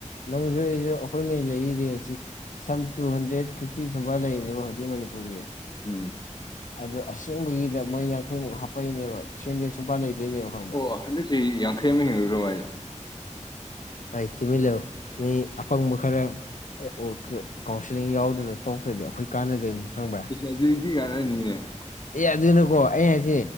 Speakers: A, on the left (about 90°); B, on the left (about 35°).
A: ꯅꯪꯁꯨ ꯑꯩꯈꯣꯏꯉꯩ ꯂꯩꯔꯤꯁꯤ ꯁꯝ ꯇꯨ ꯍꯟꯗ꯭ꯔꯦꯠ ꯐꯤꯐꯇꯤ ꯁꯨꯕ ꯂꯩꯔꯤꯅꯦꯕ ꯍꯧꯖꯤꯛ ꯃꯅꯤꯄꯨꯔꯒꯤ
B: ꯎꯝ
A: ꯑꯗꯣ ꯑꯁꯦꯡꯕꯒꯤꯗ ꯃꯩ ꯌꯥꯡꯈꯩꯃꯨꯛ ꯍꯥꯞꯄꯛꯩꯅꯦꯕ ꯊ꯭ꯔꯤ ꯍꯟꯗ꯭ꯔꯦꯠ ꯁꯨꯄꯥꯥꯟ ꯂꯩꯗꯣꯏꯅꯦꯕ ꯈꯪꯕ꯭ꯔꯥ
B: ꯑꯣ ꯍꯟꯗꯛꯁꯤꯤ ꯌꯥꯡꯈꯩ ꯑꯃ ꯍꯦꯟꯂꯣꯏꯗ꯭ꯔꯣꯕꯥ ꯍꯥꯏꯁꯦ
A: ꯍꯥꯏ ꯇꯨꯃꯤ ꯂ ꯃꯤ ꯑꯄꯥꯪꯕ ꯈꯔ ꯑꯣ ꯀꯥꯎꯟꯁꯤꯂꯤꯡ ꯌꯥꯎꯗꯅ ꯇꯧꯈ꯭ꯔꯗꯤ ꯑꯩꯈꯣꯏ ꯀꯥꯟꯅꯗꯣꯏꯕꯅꯤ ꯈꯪꯕ
B: ꯑꯗꯨꯗꯤꯤ ꯀꯥꯟꯅꯅꯤꯅꯦ
A: ꯑꯦ ꯑꯗꯨꯅꯀꯣ ꯑꯩ ꯍꯥꯏꯁꯦ